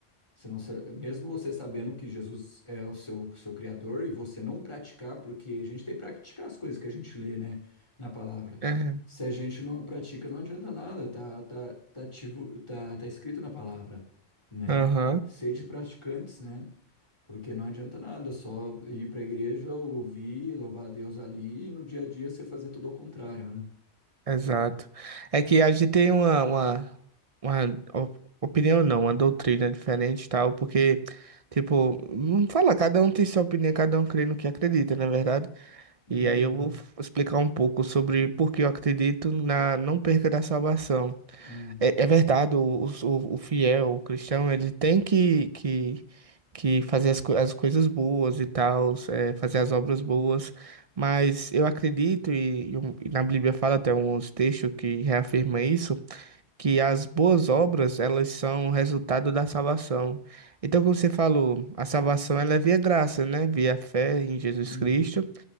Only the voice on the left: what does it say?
Você não, sa- mesmo você sabendo que Jesus é o seu, seu criador e você não praticar, porque a gente tem que praticar as coisas que a gente lê, né, na palavra.
Se a gente não pratica, não adianta nada, tá, tá, tá, ativo, tá, tá escrito na palavra, né?
Sede praticantes, né? Porque não adianta nada só ir para a igreja, ouvir, louvar a Deus ali e no dia a dia você fazer tudo ao contrário, né?
Uhum.
ah,
Uhum.